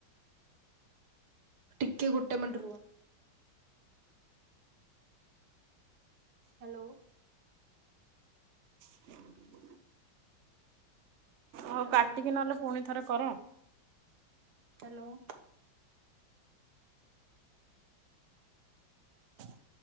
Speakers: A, on the right; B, on the right.
A: ଟିକେ ଗୋଟେ ମିନିଟ୍ ରୁହ। ହ୍ୟାଲୋ।
B: <inaudible> ହଉ,
A: ହ୍ୟାଲୋ
B: କାଟିକି ନହେଲେ ପୁଣି ଥରେ କର।
A: ହ୍ୟାଲୋ।
B: <inaudible> <inaudible>